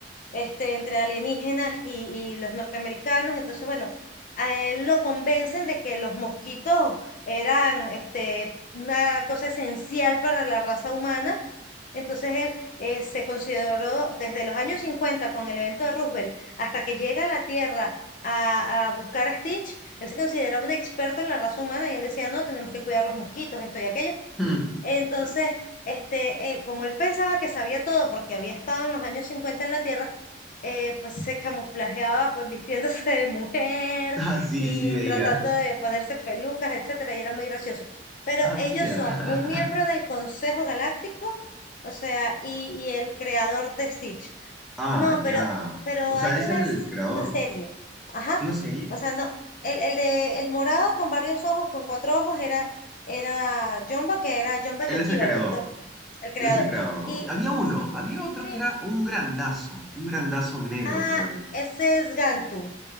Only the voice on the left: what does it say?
este, entre alienígenas y, y los norteamericanos. Entonces, bueno, a él lo convencen de que los mosquitos eran este, una cosa esencial para la raza humana entonces él eh, se consideró desde los años 50 con el evento de Roosevelt hasta que llega a la Tierra a, a buscar a Stitch, él se consideraba un experto en la raza humana y él decía, no, tenemos que cuidar los mosquitos, esto y aquello.
Entonces, este, eh, como él pensaba que sabía todo porque había estado en los años 50 en la Tierra, eh, pues se camuflajeaba pues vistiéndose de mujer
y
tratando de ponerse pelucas, etcétera, y era muy gracioso. Pero
ellos
son
un miembro del Consejo Galáctico, o sea, y, y el creador de Stitch.
No,
pero, pero
hay
una,
s-
una serie, ajá,
o sea, no, el, el de el morado con varios ojos, con cuatro ojos, era, era Jumba, que era Jumba
Yokiba,
el doctor, el creador.
Y
sí,
y Plickly,
ah,
ese es Gantu.